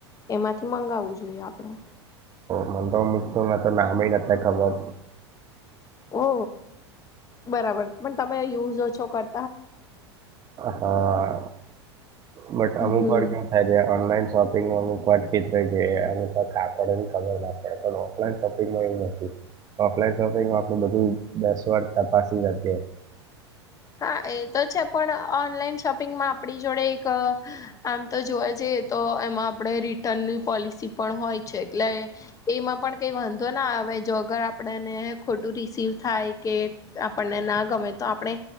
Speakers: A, on the left; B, on the right.
A: એમાંથી મંગાવવું જોઈએ આપણે.
B: મ મુસ્ તો નામ નથી ખબર
A: ઓ બરાબર, પણ તમે યુઝો ઓછો કર
B: હા. બટ
A: હમ
B: અમુક વાર કેવું થાય છે ઓનલાઈન શોપિંગ અમુક વાર <unintelligible> અમ આપણે ખબર આપડે પણ ઓનલાઈન શોપિંગ માં એ નથી ઓફલાઈન શોપિંગમાં આપણું બધું ડેશબોર્ડ તપાસી શકીએ.
A: હા. એ તો છે પણ ઓનલાઈન શોપિંગમાં આપણી જોડે એક આમ તો જોવા જઈએ તો એમાં આપણે રિટર્નની પોલિસી પણ હોય છે એટલે એમાં પણ કંઈ વાંધો ના આવે જો અગર આપણને ખોટું રિસીવ થાય કે આપણને ના ગમે તો આપણે